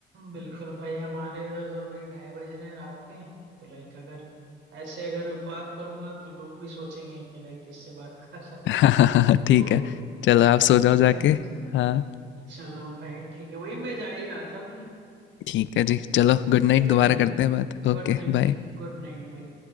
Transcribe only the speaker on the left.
हाँ
ठीक
है चलो आप सो जाओ
जाके हाँ
ठीक है जी चलो गुड नाइट
दोबारा
करते हैं बात
ओके
बाय